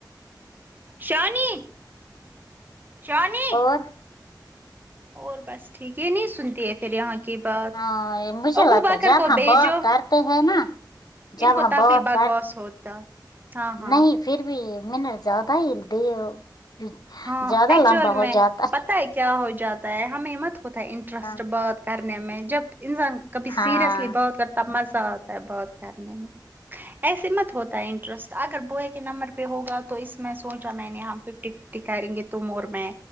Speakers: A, on the right (about 25°); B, on the left (about 60°).
A: شانی شانی
B: اور
A: اور بس ٹھیک نہیں سنتی ہے پھر یہاں کی بات
B: ہاں مجھے لگتا
A: ابو بکر
B: ہے جب
A: کو
B: ہم
A: بھیجو
B: بات کرتے ہیں نا جب
A: ان کو
B: ہم
A: تبھی
B: بات
A: بکواس
B: کر
A: ہوتا ہاں ہاں
B: نہیں پھر بھی میں نے زیادہ ہیل دی
A: ہاں
B: زیادہ
A: ایکچوئل
B: لمبا ہو
A: میں
B: جاتا
A: پتہ ہے کیا ہو جاتا ہے ہم احمت ہوتا انٹرسٹ
B: ہاں
A: بات کرنے میں جب انسان کبھی سیریئسلی
B: ہاں
A: بات کرت تب مزہ آتا ہے بہت کرنے میں ایسے مت ہوتا ہے انٹرسٹ اگر بوئے کے نمبر پہ ہوگا تو اس میں سوچا میں نے یہاں ففٹی کریں گے تم اور میں